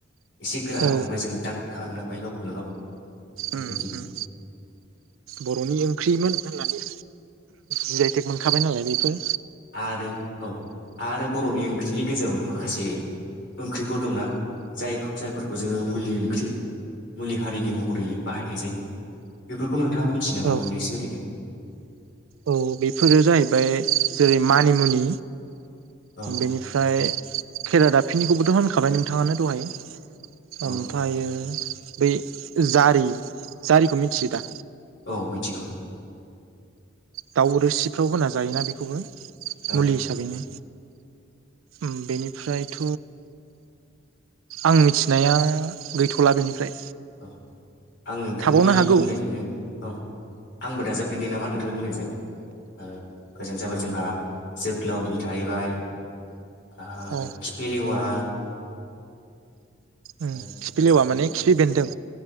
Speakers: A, on the left; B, on the right.
A: एसे गोरा
B: औ
A: मोनबाय जों दाद खालामना <unintelligible> गावखौल गाव बेबायदि
B: उम उम बरनि ओं ख्रिमोन होननानै जि आइ टेक मोनखाबाय नालाय बे थो
A: आरो औ आरो बर'नि ओंख्रिनि गेजेरावनो माखासे ओंख्रिफोर दंना जाय जायफोरखौ जोंङो मुलि ओंख्रि मुलि हारिनि महरै बाहायनाय जायो बेफोरखौ नो नोंथाङा मिथियो नामा
B: औ
A: मोननैसो ओरैनो?
B: औ बेफोरो जाहैबाय जेरै मानिमुनि
A: औ
B: बेनिफ्राय खरादाफिनिखौबोथ होनखाबाय नोंथाङानो दहाय।
A: औ
B: ओमफायो बै जारि जारिखौ मिथियो दा?
A: औ मिथिगौ
B: दाउ रोसिफ्राव होना जायोना बेखौबो।
A: ओं
B: मुलि हिसाबैनो। उम बेनिफ्रायथ आं मिथिनाया गैथला बेनिफ्राय
A: औ आं नोंथांनि
B: थाबावनो हागौ
A: बुंनायजोंनो औ आंबो दाजाबदेरनि नामा नोंथां बुंनायजों ओ ओजों जाबाय जोंहा जोग्लावरि थाहैबाय आरो
B: अ
A: खिफिलेवा
B: उम
A: ओ, फारसेथिं
B: खिफिलेवा माने खिफि बेन्दों।